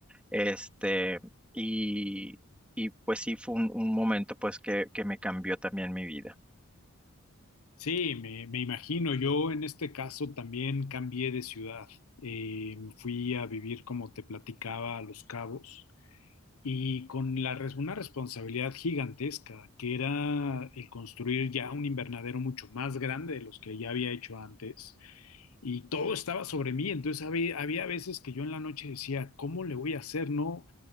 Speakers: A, in the centre; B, on the left.
A: Este, y, y pues sí fue un, un momento pues que, que me cambió también mi vida.
B: Sí, me, me imagino. Yo en este caso también cambié de ciudad. Eh, fui a vivir, como te platicaba, a Los Cabos. y con la, res- una responsabilidad gigantesca, que era el construir ya un invernadero mucho más grande de los que ya había hecho antes, y todo estaba sobre mí, entonces había, había veces que yo en la noche decía, ¿cómo le voy a hacer? No,